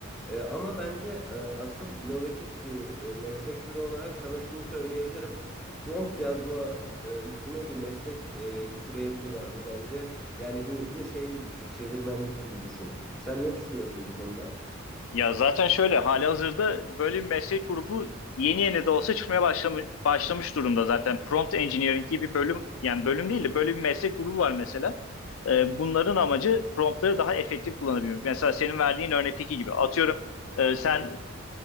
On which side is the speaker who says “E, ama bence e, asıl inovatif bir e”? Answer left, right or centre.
Centre